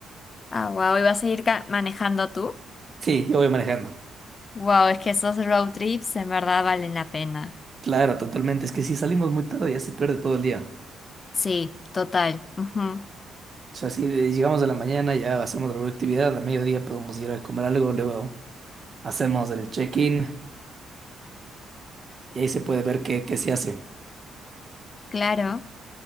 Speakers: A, on the left (about 40°); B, on the right (about 40°).
A: Ah, wow, ¿y vas a ir ca- manejando tú?
B: Sí, yo voy manejando.
A: Wow, es que esos road trips en verdad valen la pena.
B: Claro, totalmente. Es que si salimos muy tarde ya se pierde todo el día.
A: Sí, total. ujú,
B: O sea, si eh, llegamos de la mañana ya hacemos alguna actividad, a mediodía podemos ir a comer algo, luego hacemos el check-in y ahí se puede ver qué, qué se hace.
A: Claro.